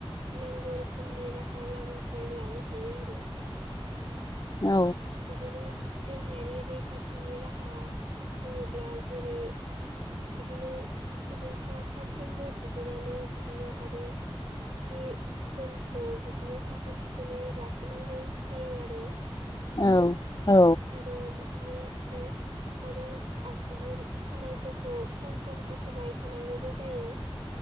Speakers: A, on the right; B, on the left.
A: नांगौ रोखोमनि राहा लामाफोर लानो हायो आरो
B: औ
A: बिदिनो देहायारि रैखाथिनि राहा बुङोब्ला जेरै बिदिनो सुबुंफ्रा सानफ्रोमबो दुगैनानै बिदिनो आरो जि जोमखौ बिदिनो साखोन सिखोनै लाखिनांगौ जायो आरो
B: औ औ
A: आरो बिदिनो औ आरो आसुगुर खानायफोरखौ सम सम हास'बाय थानांगौबो जायो